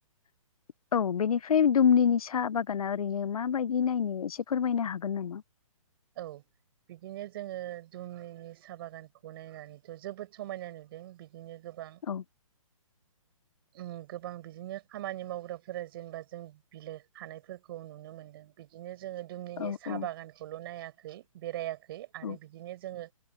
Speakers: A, on the left; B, on the right.
A: <inaudible> औ बेनिफ्राय दुमलिनि साहा बागाना ओरैनो माबायदि नायनो इसे फोरमायनो हागोन नामा
B: औ। बिदिनो जोङो दुमनि साहा बागानखौ नायनानैथ' जोबोद समायना नुदों बिदिनो गोब बां <inaudible>
A: औ
B: ओम गोबां बिदिनो खामानि मावग्राफोरा जेनेबा जों बिलाइ खानायफोरखौ नुनो मोनदों। बिदिनो जोङो दुमनिनि
A: औ
B: साहा
A: औ
B: बागानखौल' नायाखै बेरायाखै आरो
A: औ
B: बिदिनो जोङो